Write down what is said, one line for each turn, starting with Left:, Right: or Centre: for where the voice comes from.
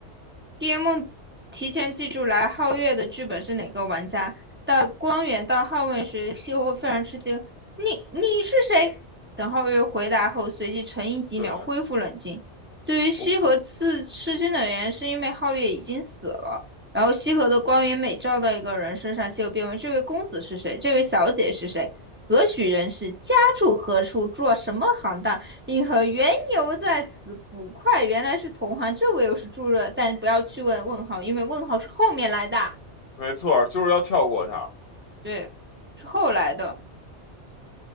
Right: d m 梦提前记住来皓月的剧本是哪个玩家，到光源到皓月时，西侯非常吃惊：“你你是谁？”等皓月回答后，随即沉吟几秒，
Left: 对，
Right: 恢复冷静。至于西河刺吃惊的原因，
Left: 我
Right: 是因为皓月已经死了，然后西河的光源每照到一个人身上，西河便问：“这位公子是谁？这位小姐是谁？何许人士？家住何处？做什么行当？”银河缘由在此，捕快原来是同行，这个又是助热，但不要去问问号，因为问号是后面来的，
Left: 没错儿，就是要跳过他。
Right: 对，是后来的。